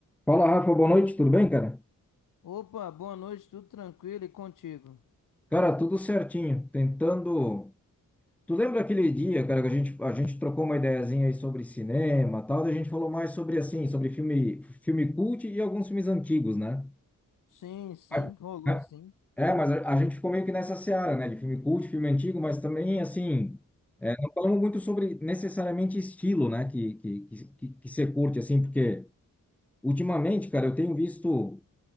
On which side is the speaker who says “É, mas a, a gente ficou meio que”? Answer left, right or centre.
Centre